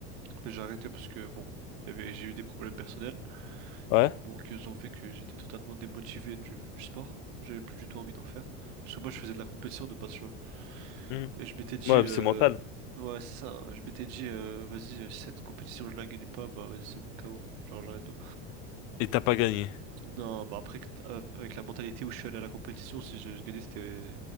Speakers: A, on the right; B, on the left.
A: Mais j'ai arrêté parce que, bon, il y avait, j'ai eu des problèmes personnels.
B: Ouais.
A: qui, bon, qui ont fait que j'étais totalement démotivé du, du sport. J'avais plus du tout envie d'en faire. Parce que moi, je faisais de la compétition de base, tu vois.
B: Hmm.
A: Et je m'étais dit,
B: Ouais,
A: euh,
B: c'est mental.
A: ouais, c'est ça. Je m'étais dit, euh, vas-y, euh, si cette compétition, je la gagne pas, bah vas-y, c'est bon, KO. Genre, j'arrête tout.
B: Et t'as pas gagné.
A: Non, bah après, que t- av- avec la mentalité où je suis allé à la compétition, si je, je gagnais, c'était